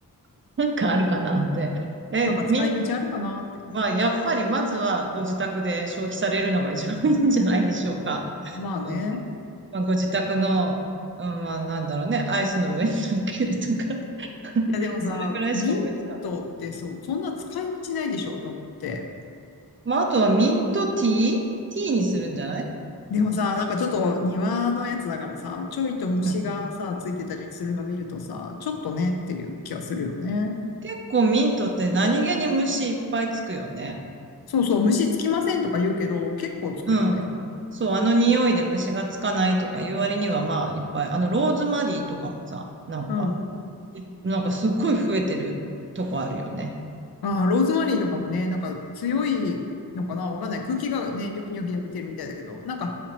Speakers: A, on the right; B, on the left.
A: <laughs> なんかあるかなって。え、
B: なんか使い道あるかな、
A: みん、
B: って。
A: まあ、やっぱりまずはご自宅で消費されるのが一番いいんじゃないでしょうか。
B: まあね。
A: なんか、まあ、ご自宅の、うん、まあ、なんだろうね、アイスの上に乗っけるとか <laughs>
B: いや、でもさ、
A: それぐらいしか思いつかない。
B: ミントってそう、そんな使い道ないでしょ、と思って。
A: まあ、あとはミントティーティーにするんじゃない
B: でもさ、なんかちょっと庭のやつだからさ、ちょいと虫がさ、
A: うん。
B: ついてたりするの見るとさ、ちょっとねっていう気がするよね。
A: 結構ミントって何気に虫いっぱいつくよね。
B: そうそう、虫つきませんとか言うけど、結構つくよね。
A: うん。そう、あの匂いで虫がつかないとかいう割にはまあいっぱい。あのローズマリーとかもさ、なんか
B: うんうん。
A: なんかすっごい増えてるとこあるよね。
B: ああ、ローズマリーとかもね、なんか強いのかなわかんない。空気がね、ニョキニョキ伸びてるみたいだけど、なんか